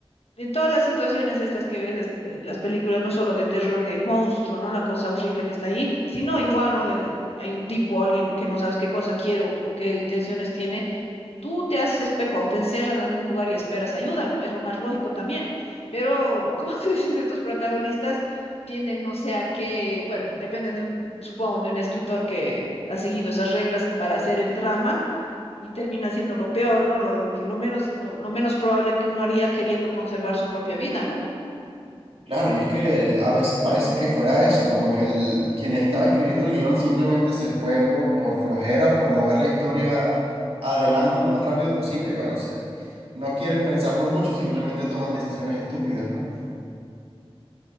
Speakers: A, on the left (about 80°); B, on the right (about 70°).
A: en todas las situaciones estas que ves, este, las películas, no solo de terror del monstruo, ¿no? La cosa horrible que está ahí, sino igual, ¿no? De, hay un tipo, alguien que no sabes qué cosa quiere o, o qué intenciones tiene Tú te haces pepa o te encierran en un lugar y esperas ayuda, ¿no? Es lo más lógico también. Pero, <laughs> como tú dices, estos protagonistas tienen, no sé a qué, bueno, dependen de un, supongo, de un escritor que ha seguido esas reglas para hacer el drama y termina siendo lo peor, ¿no? Lo, lo que, lo menos, lo, lo menos probable que uno haría queriendo conservar su propia vida, ¿no?
B: Claro, y es que a veces parece que fuera eso, como que el, quien estaba escribiendo el guión simplemente se fue por, por flojera o por mover la historia adelante lo más rápido posible y bueno, se, no quieren pensarlo mucho y simplemente toman decisiones estúpidas, ¿no?